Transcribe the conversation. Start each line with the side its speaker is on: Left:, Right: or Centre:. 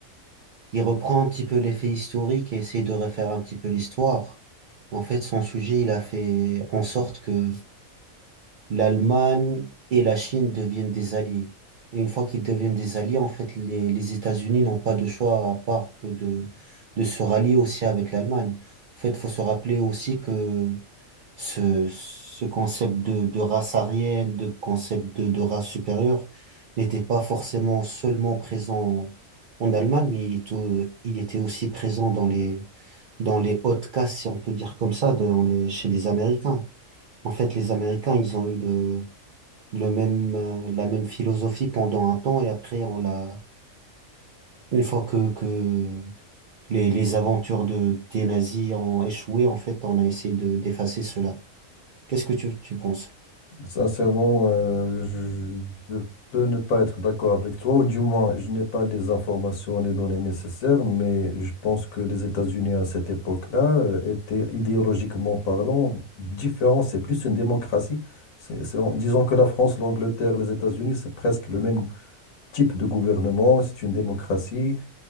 Right: Il reprend un petit peu les faits historiques et essaie de refaire un petit peu l'histoire. En fait, son sujet, il a fait en sorte que l'Allemagne et la Chine deviennent des alliés. Et une fois qu'ils deviennent des alliés, en fait, les, les États-Unis n'ont pas de choix à part que de, de se rallier aussi avec l'Allemagne. En fait, faut se rappeler aussi que ce, ce concept de, de race aryenne, de concept de, de race supérieure n'était pas forcément seulement présent en Allemagne, mais il était, au- il était aussi présent dans les, dans les hautes castes, si on peut dire comme ça, dans les, chez les Américains. En fait, les Américains, ils ont eu le, le même, euh, la même philosophie pendant un temps et après, on l'a, une fois que, que les, les aventures de, des nazis ont échoué, en fait, on a essayé de, d'effacer cela. Qu'est-ce que tu, tu penses?
Left: Sincèrement, euh, je, je peux ne pas être d'accord avec toi, ou du moins, je n'ai pas les informations, les données nécessaires, mais je pense que les États-Unis à cette époque-là euh, étaient idéologiquement parlant différents. C'est plus une démocratie. C'est, c'est- disons que la France, l'Angleterre, les États-Unis, c'est presque le même type de gouvernement. C'est une démocratie.